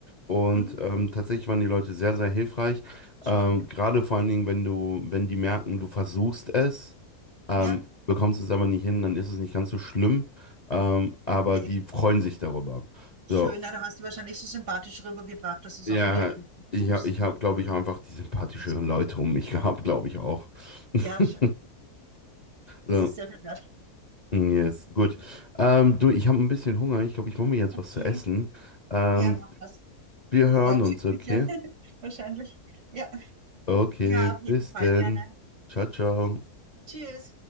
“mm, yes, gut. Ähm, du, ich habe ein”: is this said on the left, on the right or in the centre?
Left